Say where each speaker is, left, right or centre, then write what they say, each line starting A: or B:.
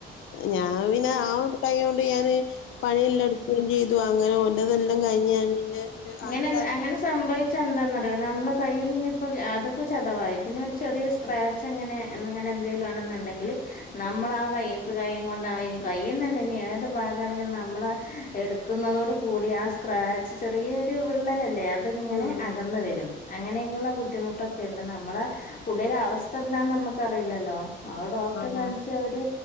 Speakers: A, on the left; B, on the left.
A: ഞാ ഞാൻ പിന്നെ ആ കൈ കൊണ്ട് ഞാന് പണിഎല്ലടു ക്കും ചെയ്തു അങ്ങനെ ഓറ്റതെല്ലാം കഴിഞ്ഞഞ് പിന്നെ ഒരു
B: അങ്ങനെന്നാ
A: ആഹ്
B: അങ്ങന സംഭവിച്ച എന്താന്നറിയൊ നമ്മളെ കയ്യിൽ നിന്ന് ഇപ്പോ അതിപ്പോ ചതവായി പിന്നെ ഒരു ചെറിയ സ്ക്രാച്ച് അങ്ങനെ അന്നഅങ്ങനെ എന്തെലു ആണെന്നുണ്ടെങ്കിൽ നമ്മളാ വൈതാകൈയ് കൊണ്ടഇനി കയ്യുന്നല്ലേ ഇനി ഏത് ഭാകാണെങ്കി നമ്മള് എടുക്കുന്നതോടു കൂടി ആ സ്ക്രാച്ച് ചെറിയൊരു വിള്ളലല്ലേ അതിങ്ങനെ
A: ഉം
B: അകന്ന് വരും അങ്ങനെയുള്ള ബുദ്ധിമുട്ടൊക്കെ ഉണ്ട് നമ്മളെ ഉള്ളിലെ അവസ്ഥ എന്താന്ന് നമുക്ക്റിയില്ലല്ലോ ആത് ഡോക്ടറെ
A: ആഹ്
B: കാണിച്ച അവര്